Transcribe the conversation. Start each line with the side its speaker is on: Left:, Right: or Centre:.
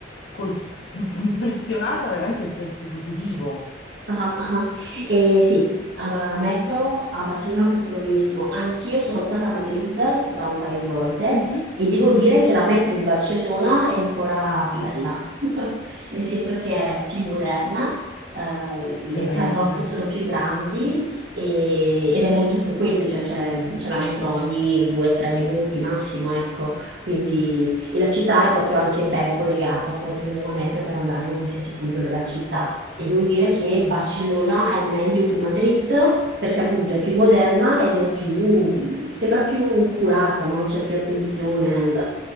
Left: col- impressionata veramente in senso positivo.
Right: Ah, ah. ah. Eh, sì, allora la metro a Barcellona funziona benissimo. Anch'io sono stata a Madrid già un paio di volte
Left: Mhm,
Right: e devo dire che la metro di Barcellona è ancora più bella, <laughs> nel senso che è più moderna, eh, le
Left: veramente.
Right: carrozze sono più grandi e- ed è molto frequente, cioè c'è c'è la metro ogni 2-3 minuti massimo, ecco. Quindi, e la città è proprio anche ben collegata, puoi prendere la metro per andare in qualsiasi punto della città. E devo dire che il Barcellona è meglio di Madrid perché appunto è più moderna ed è più, sembra più curata, no? C'è più attenzione al,